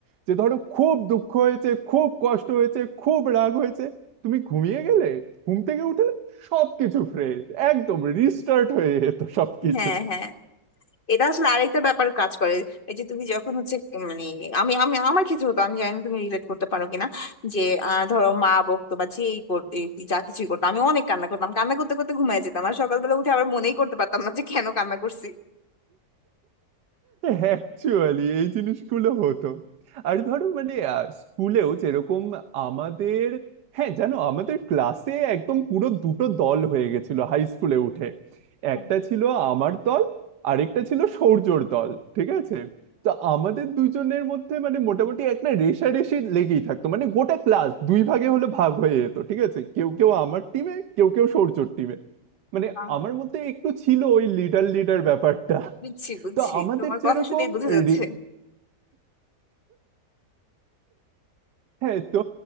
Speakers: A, on the right; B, on the left.
A: যে ধরো খুব দুঃখ হয়েছে খুব কষ্ট হয়েছে খুব রাগ হয়েছে তুমি ঘুমিয়ে গেলে ঘুম থেকে উঠে সবকিছু ফ্রেশ একদম রিস্টার্ট হয়ে যেত সবকিছু
B: হ্যাঁ হ্যাঁ এটা আসলে আরেকটা ব্যাপার কাজ করে এই যে তুমি যখন হচ্ছে মানে আমি আমি আমার ক্ষেত্রে হতো আমি জানি না তুমি রিলেট করতে পারো কিনা যে আহ, ধরো মা বকতো বা যেই করতে যা কিছুই করতো আমি অনেক কান্না করতাম কান্না করতে করতে ঘুমায় যেতাম আর সকালবেলা উঠে আবার মনেই করতে পারতাম না যে কেন কান্না করছি
A: অ্যাকচুয়ালি এই জিনিসগুলো হতো আর ধরো মানে আহ, স্কুলেও যেরকম আমাদের হ্যাঁ জানো আমাদের ক্লাসে একদম পুরো দুটো দল হয়ে গেছিল হাই স্কুলে উঠে
B: ও
A: একটা ছিল আমার দল আরেকটা ছিল সৌর্যর দল ঠিক আছে তো আমাদের দুজনের মধ্যে মানে মোটামুটি একটা রেষারেষি লেগেই থাকতো মানে গোটা ক্লাস দুই ভাগে হলে ভাগ হয়ে যেত ঠিক আছে কেউ কেউ আমার টিমে কেউ কেউ সৌর্যর টিমে মানে
B: আহ,
A: আমার মধ্যে একটু ছিল ওই লিডার লিডার ব্যাপারটা
B: বুঝছি বুঝছি
A: তো আমাদের
B: তোমার
A: যেরকম
B: কথা শুনেই বোঝা যাচ্ছে
A: রে- হ্যাঁ তো